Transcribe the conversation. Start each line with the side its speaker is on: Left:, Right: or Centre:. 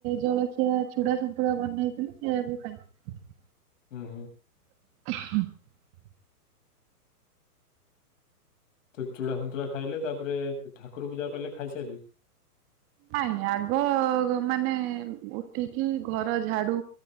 Right: ଜଳଖିଆ ଚୁଡ଼ା ସନ୍ତୁଲା ବନେଇଥିଲି ସେୟାକୁ ସେୟାକୁ ଖାଇଥିଲି।
Left: ଉଁ ହୁଁ।
Right: <inaudible>
Left: ତ ଚୂଡ଼ା ସନ୍ତୁଳା ଖାଇଲେ ତାପରେ ଠାକୁର ପୂଜା କଲେ ଖାଇସାରି
Right: ନାଇଁ ଆଗ ମାନେ ଉଠିକି ଘର ଝାଡୁ